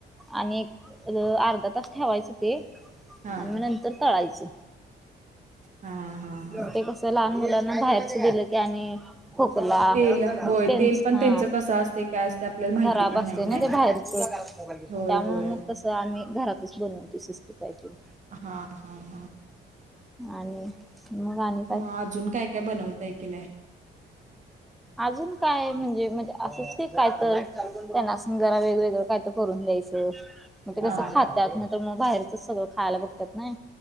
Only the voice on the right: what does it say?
हा
हा हा! हा
तेल
होय
तेल पण
कसं असते काय असते आपल्याला माहिती
पण
नाही
होय होय
हा, हा, हा.
मग अजून, काय - काय बनवताय की, नाही?
हा